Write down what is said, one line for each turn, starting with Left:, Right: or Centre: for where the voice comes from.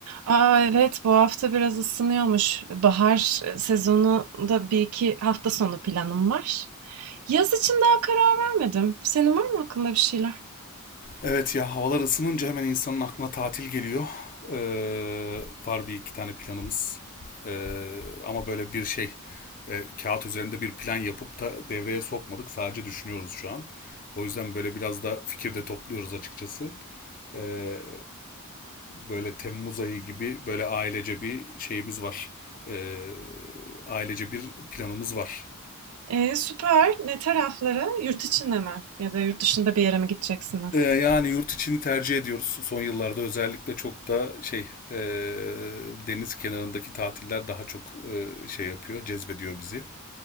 Right: Aa evet, bu hafta biraz ısınıyormuş. Bahar sezonunda bir iki hafta sonu planım var. Yaz için daha karar vermedim. Senin var mı aklında bir şeyler?
Left: evet ya havalar ısınınca hemen insanın aklına tatil geliyor. Ee, var bir iki tane planımız. Ee, ama böyle bir şey e, kağıt üzerinde bir plan yapıp da devreye sokmadık. Sadece düşünüyoruz şu an. O yüzden böyle biraz da fikir de topluyoruz açıkçası. e, böyle Temmuz ayı gibi böyle ailece bir şeyimiz var. E, ailece bir planımız var.
Right: Ee, süper. Ne taraflara? Yurt içinde mi? Ya da yurt dışında bir yere mi gideceksiniz?
Left: E, yani yurt içini tercih ediyoruz. Son yıllarda özellikle çok da şey e, deniz kenarındaki tatiller daha çok e, şey yapıyor, cezbediyor bizi.